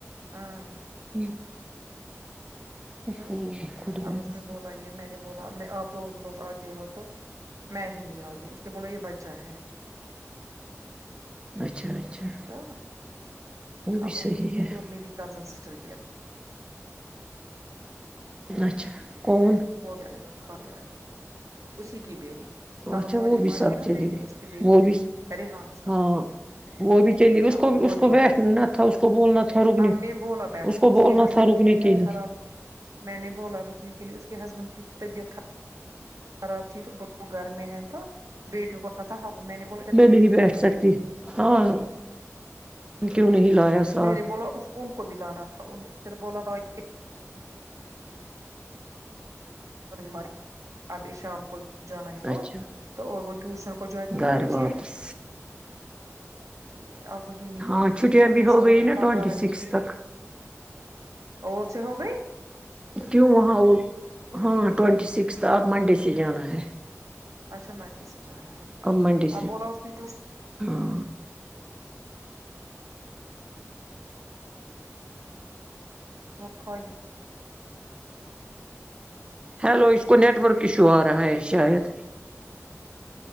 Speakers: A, on the right; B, on the right.
A: ہاں
B: ہوں
A: تو
B: اوہ، خدایا
A: اب اس نے بولا یہ میں نے بولا میں آپ روز روز آتے ہو تو میں ہی نہیں آ ٹی اس نے بولو یہ بچہ ہے
B: اچھا اچھا
A: تو
B: بھی
A: اب وہ
B: صحیح
A: نکلے
B: ہے
A: تو اور نیدی کزن سسٹر بھی ہے
B: اچھا کون
A: ہو گیا ہے اورکھا گیائے تو اسی کی بیری
B: اچھا
A: اپن والیمہ
B: وہ بھی سب
A: دییے نا
B: چلی
A: میں بھی
B: گئی
A: اس کے بی
B: وہ بھی
A: ریحان اس کا
B: ہاں وہ بھی چلی
A: ہاں
B: اس کو
A: وہ
B: اس کو
A: بھی
B: بیٹھنا
A: نکلے
B: تھا اس کو بولنا تھا رکنے
A: ہم نے بولا بیٹھو
B: کو
A: اس
B: بولنا
A: کے ہسبینڈ
B: تھا رکنے
A: کی طیع بیعت
B: کے لیے
A: خراب میں نے بولا رکنے کے لیے اس کے ہسبینڈ کی طبیعت خراب خراب تھی تو گھر میں ہیں تو بیٹیوں کا پتا ہوا میں نے بول ادھر
B: نہیں بیٹھ سکتی ہاں کیوں نہیں لایا ساتھ
A: میں نے بولا اس کو ان کو بھی لانا تھا ان پھر بولا نئی بیماری ابھی شام کو جانا ہے کو
B: اچھا
A: تو اور وہ ٹیوشن کو جاتی ہے
B: گھر
A: نا بچیاں
B: واپس
A: جی اب وہی نکلے
B: ہاں
A: تو
B: چھٹیاں
A: ہمیں
B: بھی ہو
A: سالن
B: گئی نا
A: پکا
B: ٹوینٹی
A: رہی
B: سکس
A: تھی
B: تک
A: اور سے ہو گئی
B: کیوں وہاں وہ ہاں ٹوینٹی سکس اب منڈے سے جانا ہے
A: اچھا منڈے سے جانا ہے
B: اب منڈ ے سے
A: بولا اس نے ٹیوشن
B: ہاں
A: وہ خالی
B: ہیلو اس کو نیٹ ورک ایشو آ رہا ہے شاید